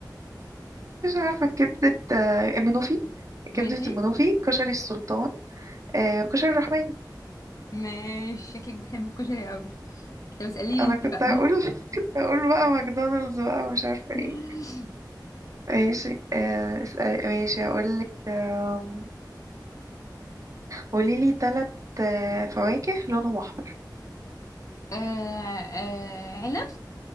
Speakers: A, on the right (about 45°); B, on the left (about 50°).
A: مش عارفة كبدة آه المنوفي
B: ماشي
A: كبدة المنوفي كشري
B: اوكي
A: السلطان آه كشري الرحماني
B: ماشي شكلك بتحب الكشري قوي طب اسأليني
A: أنا
B: أنت
A: كنت
B: بقى
A: هقول <laughs> كنت هقول بقى ماكدونالدز بقى ومش عارفة ايه
B: <laughs>
A: ماشي آه اسأل ماشي هقولك آم، قوليلي تلت آه فواكه لونهم أحمر
B: آه، آه، عنب